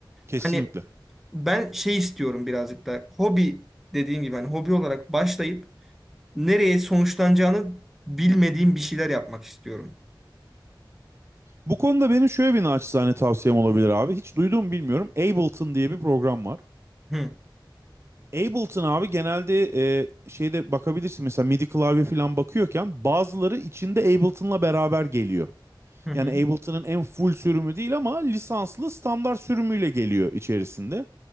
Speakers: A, on the right; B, in the centre.
A: Kesinlikle.
B: Hani ben şey istiyorum birazcık da hobi dediğim gibi hani hobi olarak başlayıp nereye sonuçlanacağını bilmediğim bir şeyler yapmak istiyorum.
A: Bu konuda benim şöyle bir naçizane tavsiyem olabilir abi. Hiç duyduğumu bilmiyorum. Ableton diye bir program var.
B: Hı
A: Ableton abi genelde e, şeyde bakabilirsin mesela MIDI klavye falan bakıyorken bazıları içinde Ableton'la beraber geliyor.
B: hı hı.
A: Yani Ableton'ın en full sürümü değil ama lisanslı standart sürümüyle geliyor içerisinde.